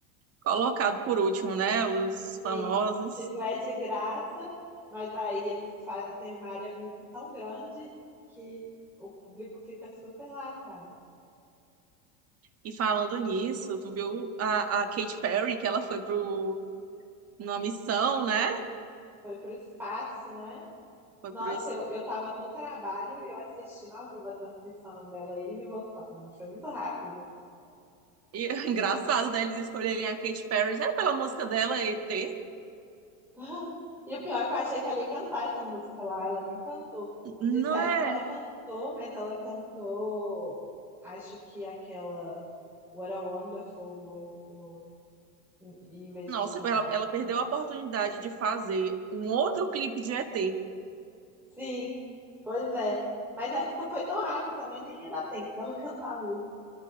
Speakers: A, on the right (about 35°); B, in the centre.
A: colocado por último, né? Os famosos.
B: Sim, tipo, é de graça, mas aí eles fazem uma área VIP tão grande que o público fica super lá atrás.
A: E falando nisso, tu viu a, a Katy Perry, que ela foi pro, numa missão, né?
B: Foi pro espaço, né?
A: Foi
B: Nossa,
A: pro. es-
B: eu, eu tava no trabalho e eu assistindo ao vivo a transmissão dela indo e voltando. Foi muito rápido.
A: E, <laughs> engraçado, né? Eles escolherem a Katy Perry já é pela música dela, ET.
B: <laughs> E o pior é que eu achei que ela ia cantar essa música lá, ela nem cantou.
A: Não
B: Disseram
A: é?
B: que ela cantou, mas ela cantou, acho que aquela What a Wonderful World, World, em em vez
A: Nossa,
B: de cantar.
A: ela, ela perdeu a oportunidade de fazer um outro clipe de ET.
B: Sim, pois é. Mas é que foi tão rápido também, nem ia dar tempo dela <laughs> cantar a música.